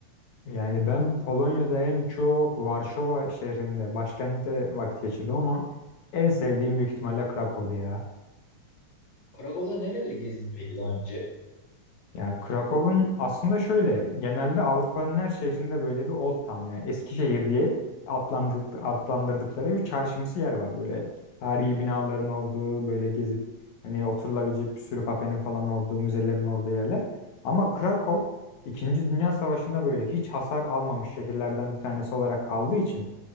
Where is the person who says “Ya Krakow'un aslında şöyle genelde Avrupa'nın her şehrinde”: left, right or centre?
Left